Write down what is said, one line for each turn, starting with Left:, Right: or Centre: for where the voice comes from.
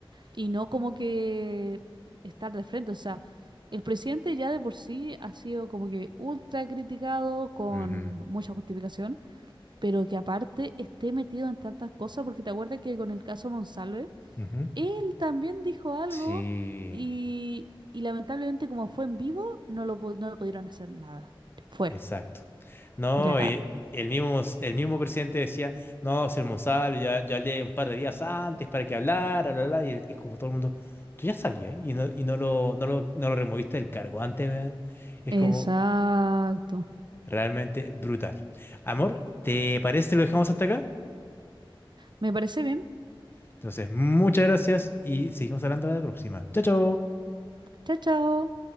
Right: y no como que estar de frente. O sea, el presidente ya de por sí ha sido como que ultra criticado con
Left: ujú,
Right: mucha justificación pero que aparte esté metido en tantas cosas, porque te acuerdas que con el caso Monsalve,
Left: ujú.
Right: él también dijo algo
Left: Sí.
Right: y, y lamentablemente como fue en vivo, no lo, pu- no le pudieron hacer nada. Fue,
Left: Exacto. No,
Right: ya.
Left: y el mismo, el mismo presidente decía, no, ser Monsalvo, ya, ya hablé un par de días antes para que hablara, bla, bla, bla", y, el- y como todo el mundo, tú ya sabías y no, y no lo, no lo, no lo removiste del cargo antes, weón". Es
Right: Exacto.
Left: como realmente brutal. Amor, ¿te parece si lo dejamos hasta acá?
Right: Me parece bien.
Left: Entonces, muchas gracias y seguimos hablando la próxima. Chao, chao.
Right: Chao, chao.